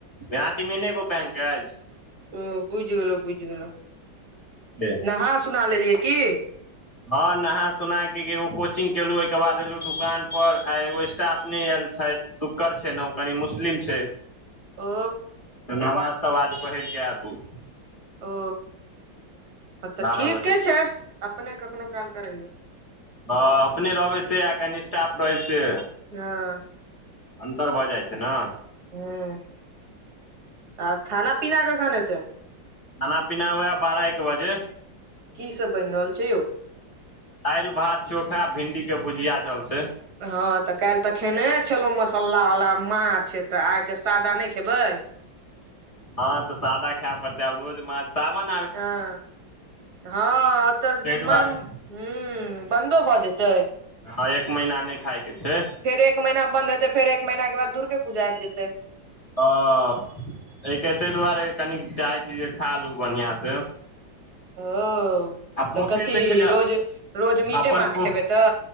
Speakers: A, on the left; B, on the right.
A: राँटी में नै एगो बैंक अइछ?
B: हम्म बुइझ गेलौं बुइझ गेलौं।
A: पेलेऽ।
B: नहा सुना लेलियै की।
A: हँ नहा सुना के एगो कोचिंग केलहु ओहिके बाद एलहु दुकान पर आ एगो स्टाफ नहि आयल छथि। सुकड़ छै न ओकनी मुस्लिम छै।
B: ओ
A: नवाज तवाज पहिर कऽ एत उ।
B: ओ हँ तऽ
A: बारह
B: ठीके
A: बजे
B: छै अपने कखनो काल क रहयौ।
A: हँ अपने रहबै से आ कनि स्टाफ रहै से।
B: हँ।
A: अन्तर भऽ जाइ छै न।
B: ह आ खाना पीना कखन हेतै।
A: खाना पीना हुएह बारह एक बजे।
B: की सब बनि रहल छै यौ।
A: दालि भात चोखा भिण्डीके भुजिया चलतै।
B: हँ तऽ काल्हि तऽ खेने छलेलहुँं मसाल्ला वाला माछ तऽ आइके सादा नहि खेबै।
A: हँ तऽ सादा खै पड़तै आब रोज माछ। सााबन।
B: हँ हँ तऽ
A: दुआरे
B: मन। हूं बन्दो भऽ जेतै।
A: हँ एक महीना नहि खाायके छै।
B: फेर एक महिना बन्द हेतै फेर एकमहिनााक बाद दुर्गपुजा आबि जेतै।
A: ह एक तै दुआरे कनिक चाहै छी जे खा लू बढ़िआँ से।
B: ओ
A: पोखरिमे
B: तऽ कथी
A: छलै
B: रोज रोज मीटे
A: अपन
B: माछ
A: पो
B: खेबै तऽ।